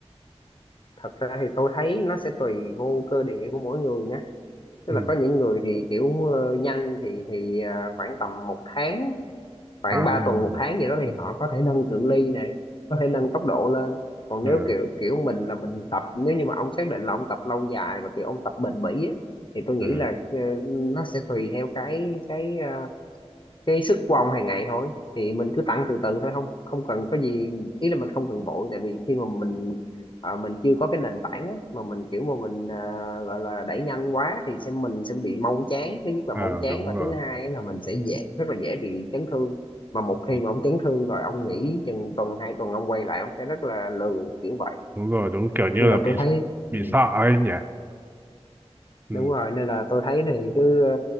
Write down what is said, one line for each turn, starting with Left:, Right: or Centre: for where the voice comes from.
Left: thật ra thì tôi thấy nó sẽ tùy vô cơ địa của mỗi người nhé tức
Right: ừ
Left: là có những người thì kiểu ờ, nhanh thì thì à, khoảng tầm một tháng khoảng
Right: à
Left: 3
Right: ừ.
Left: tuần một tháng gì đó thì họ có thể nâng cự ly này có thể nâng tốc độ lên còn
Right: ờ
Left: nếu kiểu kiểu mình là mình tập nếu như mà ông xác định là ông tập lâu dài và kiểu ông tập bền bỉ á, thì tôi nghĩ
Right: ờ
Left: là ờ, nó sẽ tùy theo cái cái ờ, cái sức của ông hàng ngày thôi thì mình cứ tăng từ từ thôi không không cần có gì ý là mình không cần vội tại vì khi mà mình ờ, mình chưa có cái nền tảng á, mà mình kiểu mà mình ờ, gọi là đẩy nhanh quá thì sẽ mình sẽ bị mau chán thứ nhất là
Right: ờ,
Left: mau chán
Right: đúng
Left: và
Right: rồi
Left: thứ hai là mình sẽ dễ rất là dễ bị chấn thương mà một
Right: ừ.
Left: khi mà ông chấn thương rồi ông nghỉ chừng tuần hai tuần ông quay lại ông sẽ rất là lười kiểu vậy
Right: đúng rồi đúng kiểu như
Left: nên
Right: là
Left: là tôi
Right: bị
Left: thấy
Right: bị
Left: ừ,
Right: sợ ấy nhỉ ừ.
Left: đúng rồi nên là tôi thấy thì cứ ờ,